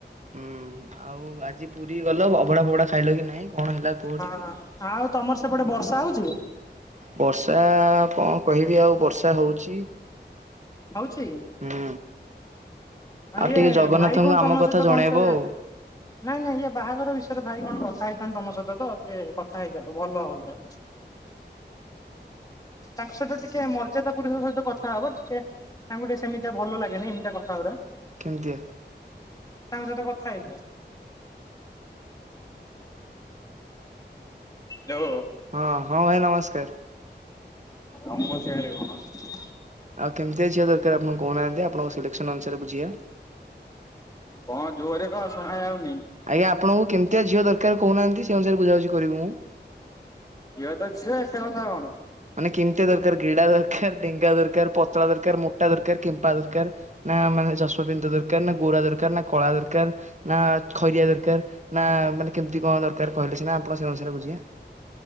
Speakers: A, on the right (about 40°); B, on the left (about 20°).
A: ହୁଁ, ଆଉ ଆଜି ପୁରୀ ଗଲ ଅଭଡା ଫବଡା ଖାଇଲ କି ନାଇଁ? କଣ ହେଲା କୁହ
B: ହଁ
A: ଟିକେ?
B: ଆଉ ତୋମର ସେପଟେ ବର୍ଷା ହଉଛି?
A: ବର୍ଷା କଣ କହିବି ଆଉ ବର୍ଷା ହଉଚି।
B: ହଉଛି?
A: ହୁଁ,
B: ଆ
A: ଆଉ
B: ଇଏ
A: ଟିକେ ଜଗନ୍ନାଥଙ୍କୁ
B: ଭାଇ କଣ ତମ
A: ଆମ କଥା
B: ସହିତ
A: ଜଣେଇବ
B: କଣ ସେ
A: ଆଉ।
B: ନାଇଁ ନାଇଁ ଇଏ ବାହାଘର ବିଷୟରେ ଭାଇ କଣ କଥା ହେଇଥାନ୍ତେ ତୋମ ସହିତ ତ ସେ କଥା ହେଇଯାଅ ଓ ଭଲ ହଅନ୍ତା। ତାଙ୍କ ସହିତ ଟିକେ ମର୍ଯ୍ୟାଦା ପୁରୁଷ ସହିତ କଥା ହବ ଟିକେ ତାଙ୍କୁ ଟିକେ ସେମିତିଆ ଭଲ ଲାଗେନି ଏମିତିଆ କଥା ଗୁରା।
A: କେମିତିଆ?
B: ତାଙ୍କ ସହିତ କଥା ହେଇଯୁଅ। ଲୋ
A: ହଁ, ହଁ ଭାଇ ନମସ୍କାର।
B: ଆମ ଗାଁରେ କଣ
A: ଆଉ କେମିତି ଝିଅ ଦରକାର ଆପଣ କହୁନାହାନ୍ତି। ଆପଣଙ୍କ ସିଲେକ୍ସନ୍ ଅନୁସାରେ ବୁଝିବା।
B: କଣ ଜୋରେ କହ ଶୁଣା ଯାଉନି।
A: ଆଜ୍ଞା ଆପଣଙ୍କୁ କେମତିଆ ଝିଅ ଦରକାର କହୁନାହାନ୍ତି, ସେ ଅନୁସାରେ ବୁଝାବୁଝି କରିବୁ।
B: ଝିଅ ତ ଝିଅ ଏତେ କଥା କଣ।
A: ମାନେ କେମିତିଆ ଦରକାର ଗିଡ଼ା ଦରକାର, ଡେଙ୍ଗା ଦରକାର, ପତଳା ଦରକାର, ମୋଟା ଦରକାର, କେମ୍ପା ଦରକାର। ନା ମାନେ ଚଷମା ପିନ୍ଧା ଦରକାର ନା ଗୋରା ଦରକାର, ନା କଳା ଦରକାର। ନା ଖଇରିଆ ଦରକାର, ନା ମାନେ କେମିତି କଣ ଦରକାର କହିଲେ ସିନା ଆପଣ ସେ ଅନୁସାରେ ବୁଝିବା।